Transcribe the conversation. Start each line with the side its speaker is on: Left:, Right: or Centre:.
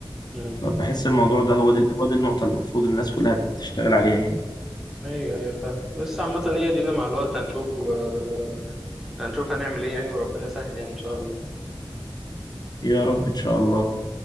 Centre: مم.
Left: فبحس الموضوع ده هو دي هو دي النقطه اللي المفروض الناس كلها تشتغل عليها يعني
Centre: أيوه أيوه فاهم بس عامة هي دينا مع الوقت هنشوف و- هنشوف هنعمل إيه يعني وربنا سهل يعني إن شاء الله
Left: يا رب ان شاء الله